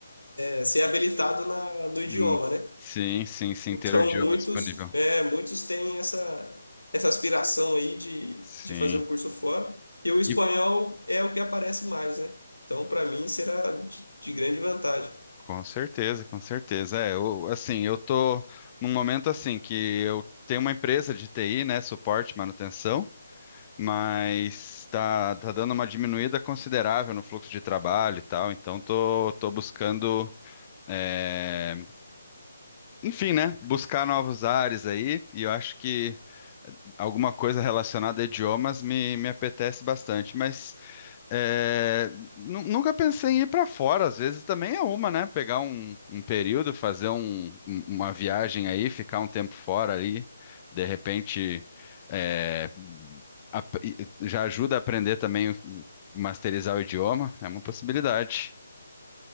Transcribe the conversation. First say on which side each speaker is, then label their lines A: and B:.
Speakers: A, on the left; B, on the left.
A: é, ser habilitado na, no idioma,
B: Hum,
A: né?
B: Sim, sim, sim,
A: Então,
B: ter o idioma
A: muitos,
B: disponível.
A: é, muitos têm essa, essa aspiração aí de,
B: Sim.
A: de fazer o curso fora. E o espanhol
B: E
A: é o que aparece mais, né? Então, para mim, será de, de grande vantagem.
B: com certeza, com certeza. É, eu, assim, eu tô num momento assim que eu tenho uma empresa de TI, né, suporte, manutenção, mas tá, tá dando uma diminuída considerável no fluxo de trabalho e tal, então tô, tô buscando, é, enfim, né, buscar novos ares aí, e eu acho que alguma coisa relacionada a idiomas me, me apetece bastante, mas é, nu- nunca pensei em ir para fora, às vezes também é uma, né? Pegar um, um período, fazer um- um- uma viagem aí, ficar um tempo fora aí, de repente é, ap- e- já ajuda a aprender também, o- masterizar o idioma, é uma possibilidade.